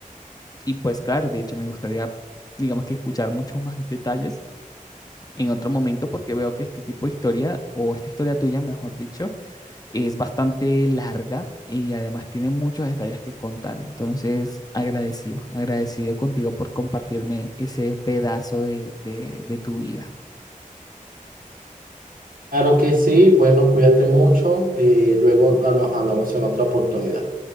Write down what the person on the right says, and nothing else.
Claro que sí, bueno, cuídate mucho, eh, luego ah, nos hablamos en otra oportunidad.